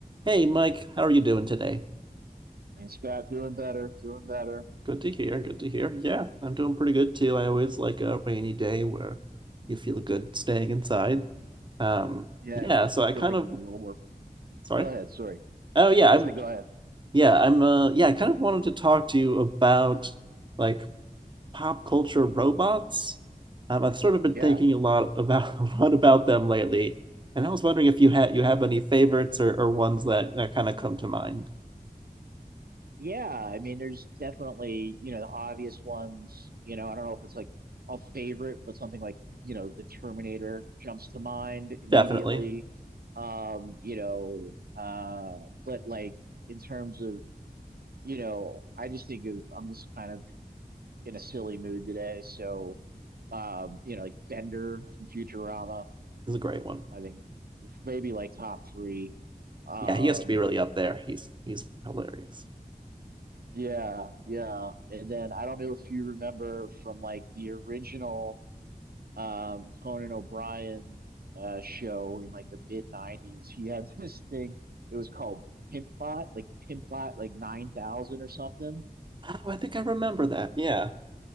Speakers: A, on the right; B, on the right.
A: Hey Mike, how are you doing today?
B: Thanks, Scott. Doing better. Doing better.
A: Good to hear. Good to hear. Yeah, I'm doing pretty good too. I always like a rainy day where you feel good staying inside. Um,
B: Yeah,
A: yeah, so I
B: still
A: kind
B: think
A: of
B: you'd a little more.
A: sorry.
B: Go ahead. Sorry.
A: Oh yeah,
B: That's
A: I'm
B: it. Go ahead.
A: yeah, I'm uh yeah, I kind of wanted to talk to you about like pop culture robots. Um, I've sort of been
B: Yeah.
A: thinking a lot about <laughs> a lot about them lately, and I was wondering if you had you have any favorites or, or ones that that kind of come to mind.
B: Yeah, I mean, there's definitely, you know, the obvious ones, you know, I don't know if it's like a favorite, but something like, you know, the Terminator jumps to mind immediately.
A: Definitely.
B: Um, you know, uh, but like in terms of, you know, I just think of, I'm just kind of in a silly mood today. So, um, you know, like Bender from Futurama,
A: It's a great one.
B: I think maybe like top three. Um,
A: Yeah, he has to be really up there. He's he's hilarious.
B: yeah, yeah. And then I don't know if you remember from like the original um Conan O'Brien uh show in like the mid 90s, he had <laughs> this thing. It was called Pimpbot, like Pimpbot like 9000 or something.
A: Oh, I think I remember that. Yeah.